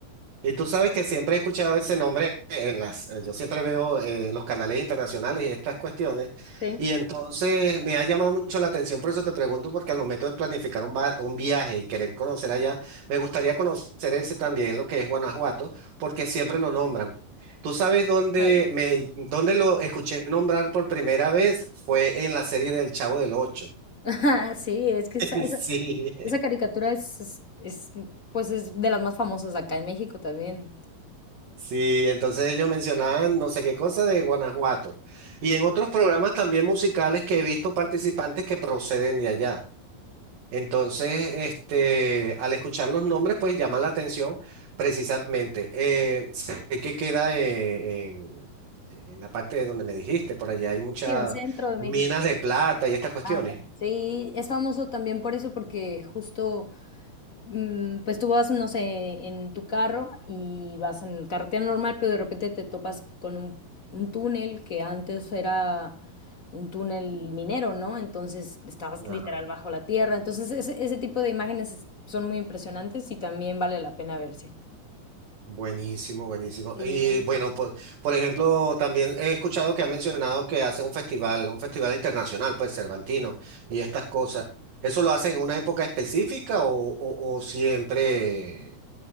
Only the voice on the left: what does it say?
Sí.
Bueno.
<laughs> Ajá, Sí, es que esa,
esa-
esa caricatura es, es- es, pues es de las más famosas acá en México también.
Sí, en el centro de México.
Anda. Sí, es famoso también por eso, porque justo mm, Pues tú vas, no sé, en tu carro y vas en carretera normal, pero de repente te topas con un, un túnel que antes era un túnel minero, ¿no? Entonces estabas literal
bajo la tierra. Entonces ese, ese tipo de imágenes son muy impresionantes y también vale la pena verse.
Sí.